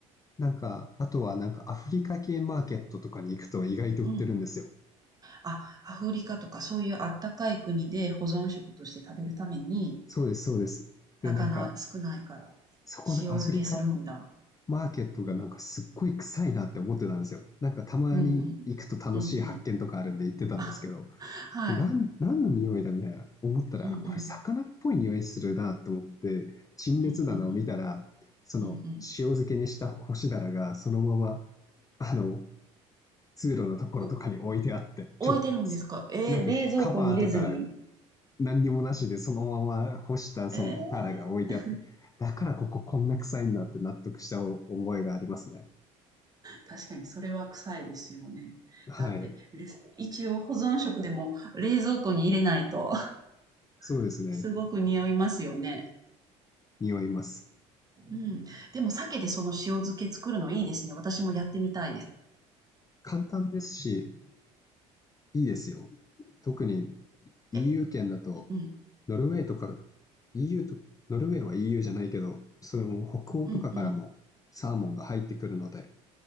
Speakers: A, on the left; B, on the right.
A: なんか、あとはなんかアフリカ系マーケットとかに行くと意外と売ってるんですよ。
B: うん。あ、アフリカとかそういうあったかい国で保存食として食べるために、
A: そうです、そうです。で、
B: 魚少ないから、
A: なんか、そこのアフリカン
B: 塩漬けするんだ。
A: マーケットがなんかすっごい臭いなって思ってたんですよ。
B: うん。
A: なんかたまに行くと楽しい発見とかあるんで行ってたんですけど、
B: うんうん。うんうん。<laughs> あはい。
A: で、なん、何の匂いだみたいな思ったら、
B: うんうん。
A: あ、これ魚っぽい匂いするなと思って、陳列棚を見たら、
B: うんうんうん。
A: その塩漬けにした干しだらがそのまま、
B: うんうん。
A: あの、通路のところとかに置いてあって、
B: お置いてるんですかえー、
A: ちょ、なんかカバーとか
B: 冷蔵庫に入れずに
A: 何にもなしでそのまま干したそのタラが置いてあって、
B: えー、
A: だからこここんな臭いんだって納得した思いがありますね。
B: 確かにそれは臭いですよね。
A: はい。
B: だって、レス一応保存食でも冷蔵庫に入れないと
A: そうですね。
B: <laughs> すごく匂いますよね。
A: 匂います。
B: うん。でも鮭でその塩漬け作るのいいですね。私もやってみたいです。
A: 簡単ですし、いいですよ。特に EU
B: え、
A: 圏だと、
B: うん、
A: ノルウェーとか、EU と、ノルウェーは EU じゃないけど、その北欧とかからもサーモンが入ってくるので、
B: うん、うん、